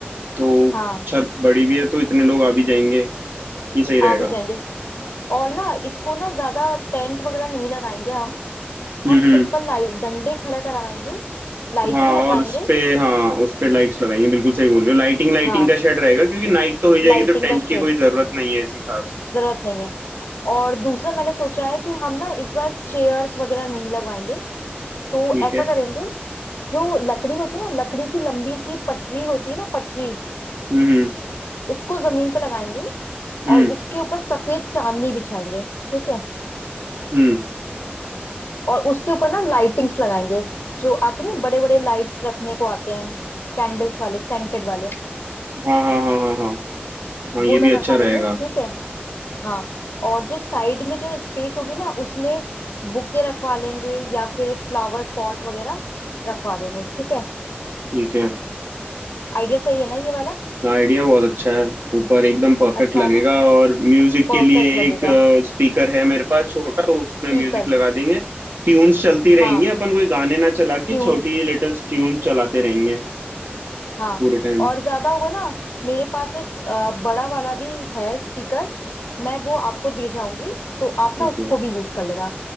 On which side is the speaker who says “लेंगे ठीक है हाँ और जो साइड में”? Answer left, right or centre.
Left